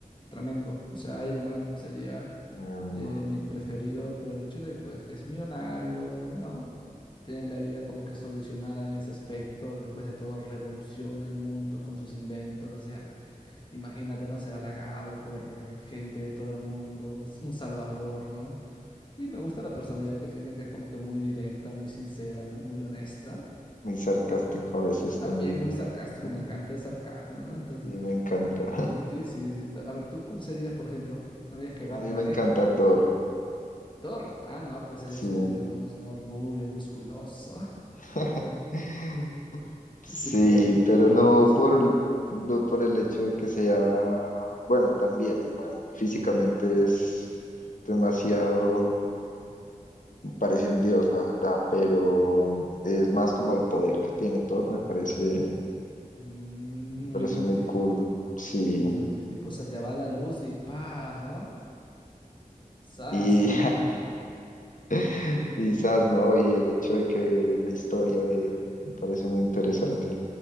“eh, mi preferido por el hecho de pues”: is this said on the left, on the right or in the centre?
Left